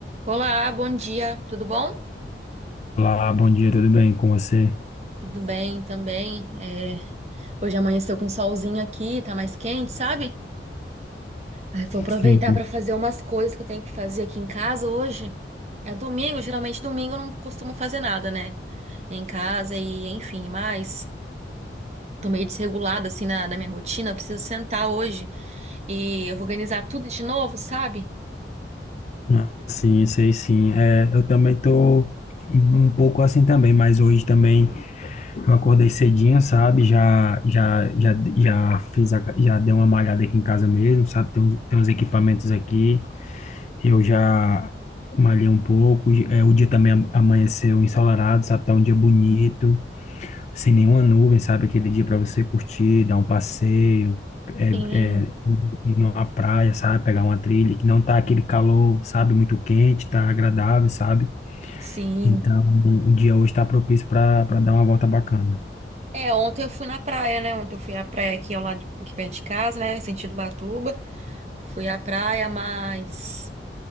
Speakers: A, on the right; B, on the left.
A: Olá, bom dia, tudo bom?
B: Olá, bom dia, tudo bem com você?
A: Tudo bem também. É, Hoje amanheceu com solzinho aqui, tá mais quente, sabe? Aí vou aproveitar
B: Sim,
A: para fazer umas coisas que eu tenho que fazer aqui em casa hoje. É domingo, geralmente domingo eu não costumo fazer nada, né? Em casa e enfim, mas tô meio desregulada assim na, na minha rotina. Eu preciso sentar hoje e organizar tudo de novo, sabe?
B: Ah, sim, sei sim. É, eu também tô um pouco assim também, mas hoje também eu acordei cedinho, sabe? Já, já, já, já fiz, a, já dei uma malhada aqui em casa mesmo, sabe? Tem, uns- tem uns equipamentos aqui, eu já malhei um pouco. É, o dia também am- amanheceu ensolarado, sabe? Tá um dia bonito, sem nenhuma nuvem, sabe? Aquele dia para você curtir, dar um passeio é,
A: Sim,
B: é, ir numa praia, sabe? Pegar uma trilha que não tá aquele calor, sabe? Muito quente, tá agradável, sabe?
A: sim.
B: Então, o dia hoje tá propício para para dar uma volta bacana.
A: É, ontem eu fui na praia, né? Ontem eu fui à praia aqui ao lado, aqui perto de casa, né? Em sentido Batuba. Fui à praia, mas